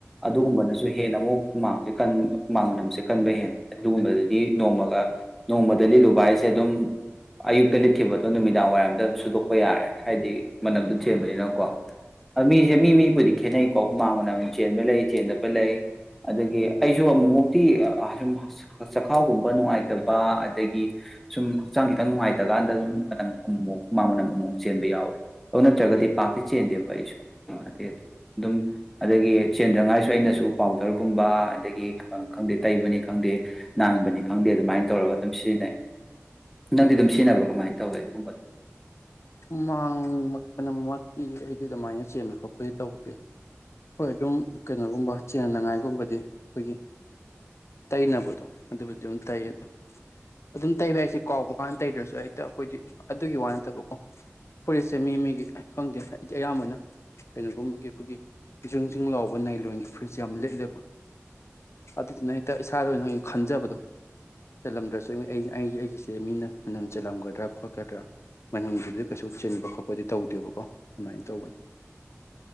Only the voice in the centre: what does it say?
ꯑꯗꯨꯒꯨꯝꯕꯅꯁꯨ ꯍꯦꯟꯅ ꯑꯃꯨꯛ ꯍꯨꯃꯥꯡꯁꯦ ꯀꯟ ꯍꯨꯃꯥꯡ ꯃꯅꯝꯁꯦ ꯀꯟꯕ ꯍꯦꯟ ꯑꯗꯨꯒꯨꯝꯕꯗꯗꯤ ꯅꯣꯡꯃꯒ ꯅꯣꯡꯃꯗ ꯂꯤꯠꯂꯨꯕ ꯍꯥꯏꯁꯦ ꯑꯗꯨꯝ ꯑꯌꯨꯛꯇ ꯂꯤꯠꯈꯤꯕꯗꯣ ꯅꯨꯃꯤꯗꯥꯡ ꯋꯥꯏꯔꯝꯗ ꯑꯗꯨꯝ ꯁꯨꯗꯣꯛꯄ ꯌꯥꯔꯦ ꯍꯥꯏꯗꯤ ꯃꯅꯝꯗꯨ ꯆꯦꯟꯕꯅꯤꯅꯀꯣ ꯃꯤꯁꯦ ꯃꯤ ꯃꯤꯕꯨꯗꯤ ꯈꯦꯠꯅꯩꯀꯣ ꯍꯨꯃꯥꯡ ꯃꯅꯝ ꯆꯦꯟꯕ ꯂꯩ ꯆꯦꯟꯗꯕ ꯂꯩ ꯑꯗꯒꯤ ꯑꯩꯁꯨ ꯑꯃꯨꯃꯨꯛꯇꯤ ꯁꯨꯝ ꯆꯈꯥꯎꯒꯨꯝꯕ ꯅꯨꯡꯉꯥꯏꯇꯕ ꯑꯗꯒꯤ ꯁꯨꯝ ꯍꯛꯆꯥꯡ ꯈꯤꯇꯪ ꯅꯨꯡꯉꯥꯏꯇꯀꯥꯟꯗ ꯁꯨꯝ ꯃꯅꯝ ꯑꯃꯨꯃꯨꯛ ꯍꯨꯃꯥꯡ ꯃꯅꯝ ꯑꯃꯨꯛ ꯆꯦꯟꯕ ꯌꯥꯎꯋꯦ ꯑꯗꯨ ꯅꯠꯇ꯭ꯔꯒꯗꯤ ꯄꯥꯛꯇꯤ ꯆꯦꯟꯗꯦꯕ ꯑꯩꯁꯨ ꯑ ꯑꯗꯨꯝ ꯑꯗꯒꯤ ꯆꯦꯟꯗ꯭ꯔꯉꯥꯏꯁꯨ ꯑꯩꯅꯁꯨ ꯄꯥꯎꯗꯔꯒꯨꯝꯕ ꯑꯗꯒꯤ ꯈꯪꯗꯦ ꯇꯩꯕꯅꯤ ꯈꯪꯗꯦ ꯅꯥꯟꯕꯅꯤ ꯈꯪꯗꯦ ꯑꯗꯨꯃꯥꯏꯅ ꯇꯧꯔꯒ ꯑꯗꯨꯝ ꯁꯤꯖꯤꯟꯅꯩ ꯅꯪꯗꯤ ꯑꯗꯨꯝ ꯁꯤꯖꯤꯟꯅꯕ꯭ꯔꯣ ꯀꯃꯥꯏꯅ ꯇꯧꯋꯦ ꯑꯗꯨꯒꯨꯝꯕꯗꯣ